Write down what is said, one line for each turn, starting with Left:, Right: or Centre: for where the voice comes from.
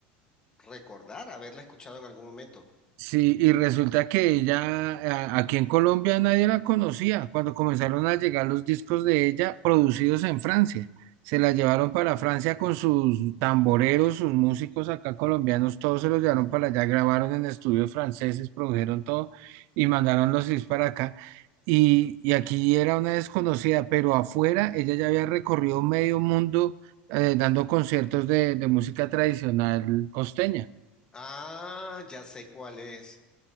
Left: recordar haberla escuchado en algún momento.
Right: Sí, y resulta que ella, a- aquí en Colombia nadie la conocía. Cuando comenzaron a llegar los discos de ella producidos en Francia, se la llevaron para Francia con sus tamboreros, sus músicos acá colombianos, todos se los llevaron para allá, grabaron en estudios franceses, produjeron todo y mandaron los discos para acá. Y, y aquí era una desconocida, pero afuera ella ya había recorrido medio mundo eh, dando conciertos de, de música tradicional costeña.
Left: Ah, ya sé cuál es.